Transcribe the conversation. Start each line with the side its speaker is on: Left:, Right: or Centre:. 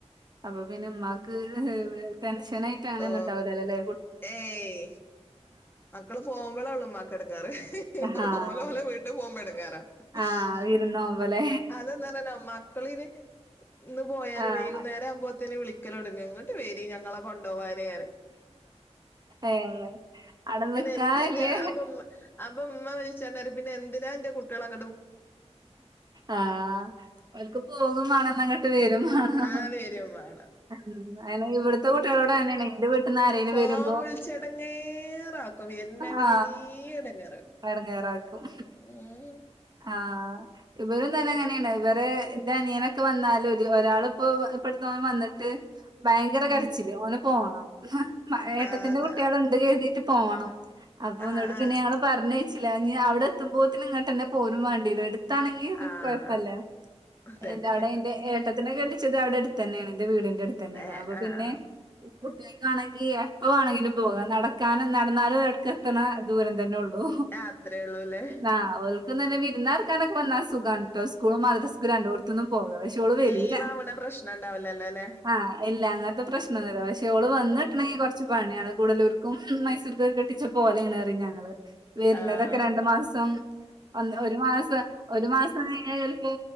Right: അപ്പൊ പിന്നെ ഉമമാക്ക് ടെൻഷനായിട്ട് അങ്ങനെ
Left: ഓ
Right: ഒന്നുംണ്ടാവില്ലേ
Left: ഏയ് മക്കള് പോകുമ്പോളേ ഉള്ളുമാ കടങ്ങാറ്
Right: ആഹ്
Left: ഓല ഓല വീ- ല് പോവുമ്പം എടങ്ങേറാ <unintelligible>
Right: ആഹ് വിരുന്നോവുമ്പല്ലേ
Left: മക്കളിന് ഇന്ന് പോയാര്
Right: ആഹ്
Left: വെയ്കുന്നേരം ആവുമ്പോ- ത്തിന് വിളിക്കലൊടുങ്ങു ഇങ്ങട്ട് വെരി ഞങ്ങളെ കൊണ്ടോവാന്
Right: ഏഹ് അവടെ
Left: പിന്നെ
Right: നിക്കാനില്ലേ
Left: എന്തന്ത് അപ്പ അപ്പം വിളിച്ച പിന്നെന്തിനാ ന്റെ കുട്യള-
Right: ആ അവര്ക്ക് പോകോം വേണം ങ്ങട്ട് വരും <unintelligible>
Left: ആഹ് വരും വേണം
Right: ഉം അനെ ഇവിടുത്തെ കുട്ട്യളോട് ങ്ങനെയാണ് ന്റ വീട്ടന്ന് ആരെലു
Left: ഫോൺ
Right: വെരുമ്പോ
Left: വിളിച്ചെടങ്ങേറാക്കും വരുന്നവരേ
Right: ആ
Left: എടങ്ങേറാക്കും
Right: എടങ്ങേറാക്കും
Left: ഉം
Right: ആ ഇവരും തന്നെങ്ങനേണ് ഇവര് ന്റനിയനൊക്കെ വന്നാലും <unintelligible> ഒരാള് ഇപ്പൊ ഇപ്പടുത്തോൻ വന്നിട്ട് ഭയങ്കര കരച്ചില്
Left: ഉം
Right: ഓന് പോണം ഏട്ടത്തീന്റെ
Left: ആഹ്
Right: കുട്ടികള്ണ്ട് കരുതിയിട്ട് പോണം അപ്പൊ
Left: ആഹ്
Right: ന്നട്ട്
Left: ആഹ്
Right: പിന്നെ ഞാള് പറഞ്ഞേച്ചില്ല ഇനി അവിടെ എത്തുമ്പോത്തിന് ഇങ്ങട്ട്ന്നെ പോരുും വേണ്ടീല്ല എടുത്താണെങ്കി
Left: ആഹ്
Right: കൊയപ്പല്ല
Left: അതന്നെ
Right: എ അവിടെ എന്റെ ഏട്ടത്തിനെ കെട്ടിച്ചത് അവിടെ അടുത്തന്നെയാണ് എന്റെ വീടിന്റെ അടുത്തന്നെയാണ്
Left: ഏഹ്
Right: അപ്പൊ
Left: ആഹ്
Right: പിന്നെ
Left: ആഹ്
Right: ഉ കുട്ടികക്കാണെങ്കി എപ്പവാണെങ്കിലും പോകാം നടക്കാനും നടന്നാലും <unintelligible> ക്ക് എത്തണ ദൂരം തന്നെള്ളൂ <unintelligible>
Left: ആഹ് അത്രേ ഉള്ളൂല്ലേ
Right: തന്നെവിരുന്നാർക്കാനക്കെ വന്ന സുഖാണ് ട്ടോ ഇസ്കൂളു മദ്രസക്കു രണ്ടോട്ത്തുന്നും പോനപഷേ ഓള് വെരൂല
Left: ലീവ് ആവണ പ്രശ്നം ഉണ്ടാവില്ലല്ലോ അല്ലെ
Right: ആ ല്ല അങ്ങത്തെ പ്രശ്നൊന്ന്ല്ല പക്ഷെ ഓള് വന്നിട്ട്ണെങ്കി
Left: ഉം
Right: കൊറച്ച് പ <unintelligible> കൂടലൂർക്കും മൈസൂർക്കുക്കെ കെട്ടിച്ച പോലെയാണ്റയ് ഞങ്ങള് വെരുന്നതൊക്കെ
Left: ആഹ്
Right: രണ്ടു മാസം ഒന്ന് ഒരു മാസം ഒരു മാസം കയ്ഞ്ഞാല് ചെലപ്പോ